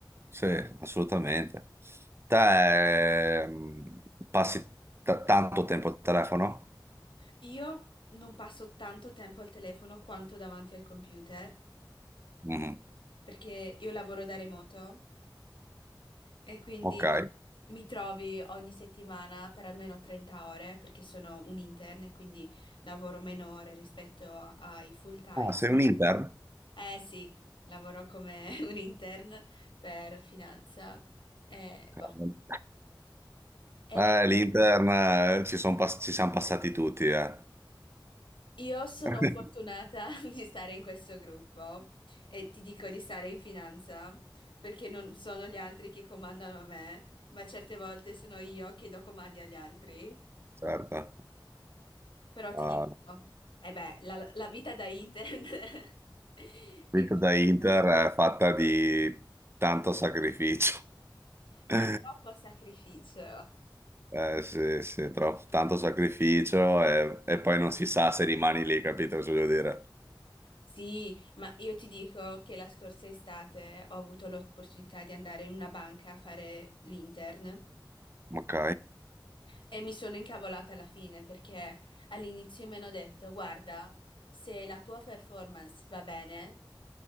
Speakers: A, on the right (about 30°); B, on the left (about 85°).
A: sì, assolutamente. Te ehm, passi t- tanto tempo al telefono?
B: Io non passo tanto tempo al telefono quanto davanti al computer
A: Mhm.
B: perché io lavoro da remoto. E quindi
A: Ok. Ah,
B: mi trovi ogni settimana per almeno 30 ore, perché sono un intern e quindi lavoro meno ore rispetto ai full time.
A: sei un intern?
B: Eh sì, lavoro come <laughs> un intern per finanza. Eh,
A: Cavolo.
B: boh. E
A: Eh, l'intern eh, ci, son pass- ci siamo passati tutti, eh.
B: io sono
A: <laughs>
B: fortunata <laughs> di stare in questo gruppo e ti dico di stare in finanza perché non sono gli altri che comandano me, ma certe volte sono io che do comandi agli altri.
A: Certo.
B: Però ti
A: Ah,
B: dico, eh beh, la, la vita da intern <laughs>
A: la
B: è
A: vita
B: qualcosa,
A: da Inter è fatta di tanto sacrificio. <laughs>
B: ma troppo sacrificio.
A: Eh, sì, sì, troppo- tanto sacrificio e, e poi non si sa se rimani lì, capito cosa voglio dire?
B: Sì, ma io ti dico che la scorsa estate ho avuto l'opportunità di andare in una banca a fare l'intern
A: Ok,
B: e mi sono incavolata alla fine perché all'inizio mi hanno detto, guarda, se la tua performance va bene,